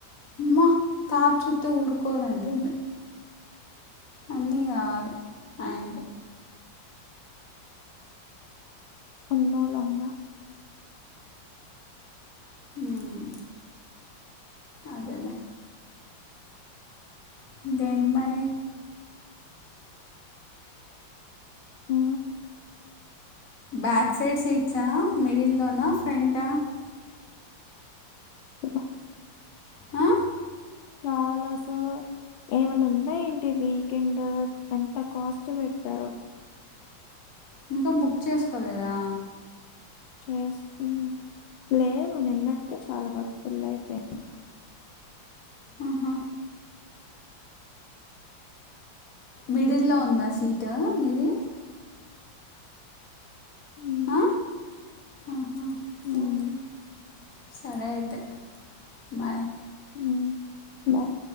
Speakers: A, on the left; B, on the left.
A: ఆమ్మో తాతా చుత్తే ఊరుకోడు అంటుంది అన్నీ కావాలి ఆయనకి
B: ఉన్నోలమ్మ
A: ఉమ్ అదేలే ఇంకేంటి మరి
B: ఉ
A: బ్యాక్ సైడ్ సీట్సా మిడిల్లోనా ఫ్రెంట్టా
B: హమ్
A: ఆ
B: చాలసో ఏమైన్నా ఉందా ఏంటి వీకెండ్ ఎంత కాస్ట్ పెట్టారో
A: ఇంకా బుక్ చేసుకోలేదా
B: చేసుకున్నా లేవు నిన్నటీకే చాలా వరకు ఫుల్ అయిపోయింది
A: ఆహా మిడిల్లో ఉందా సీటు నిది
B: హ్మ్.
A: ఆ ఆహా
B: హ్మ్.
A: ఓకే సరే అయితే బాయ్
B: ఉమ్ బాయ్